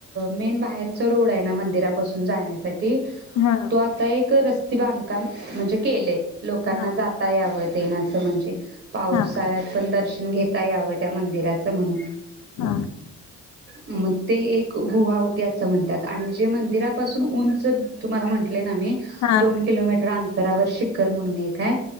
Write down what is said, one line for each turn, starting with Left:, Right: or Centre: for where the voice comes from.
Right: मेन बाहेरचा रोड आहे ना मंदिरापासून जाण्यासाठी
Left: हा
Right: तो आता एक रस् ते बांधकाम म्हणजे केलंय. लोकांना
Left: हा
Right: जाता यावं. ते ना असं म्हणजे पाऊस, पावसाळ्यात
Left: हा
Right: पण दर्शन घेता यावं, त्या मंदिराचं म्हणून
Left: हा
Right: मग ते एक गुहा हो ते असं म्हणतात. आणि जे मंदिरापासून उंच तुम्हाला म्हण. आलेना मी,
Left: हा
Right: दोन किलो मीटर अंतर तरावर शिखरं म्हणून एक आहे.